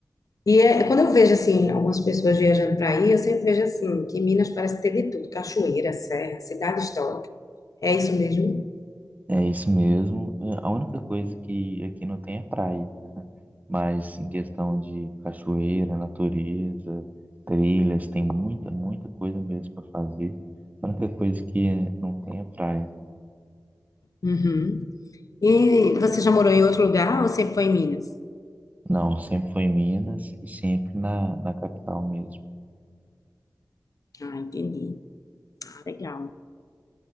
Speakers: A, on the left; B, on the right.
A: E é, quando eu vejo assim algumas pessoas viajando para aí, eu sempre vejo assim que Minas parece ter de tudo, cachoeira, serra, cidade histórica. É isso mesmo?
B: É isso mesmo. É, A única coisa que aqui não tem é praia, mas em questão de cachoeira, natureza, trilhas, tem muita, muita coisa mesmo para fazer. A única coisa que não tem é praia.
A: Uhum. E você já morou em outro lugar ou sempre foi em Minas?
B: Não, sempre foi em Minas e sempre na, na capital mesmo.
A: Ah, entendi. Legal,